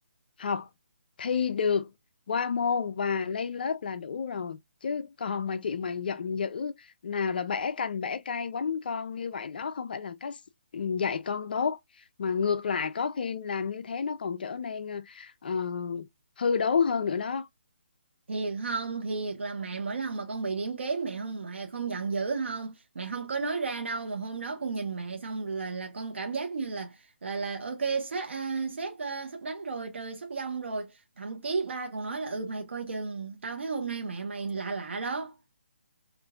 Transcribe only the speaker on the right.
thiệt không thiệt là mẹ mỗi lần mà con bị điểm kém mẹ không mẹ không giận dữ không mẹ không có nói ra đâu mà hôm đó con nhìn mẹ xong là là con cảm giác như là là là ok sát à, sát à, sắp đánh rồi trời sắp giông rồi thậm chí ba còn nói là ừ mày coi chừng tao thấy hôm nay mẹ mày lạ lạ đó